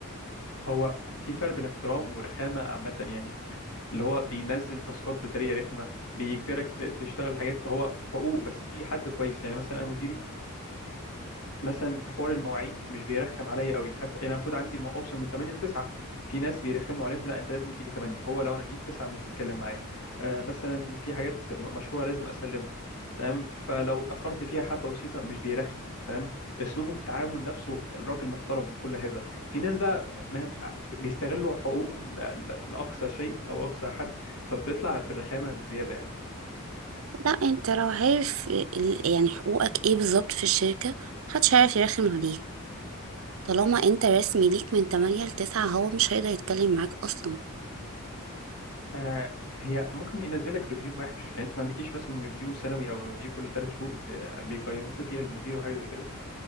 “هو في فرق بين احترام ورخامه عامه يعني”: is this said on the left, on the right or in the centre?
Left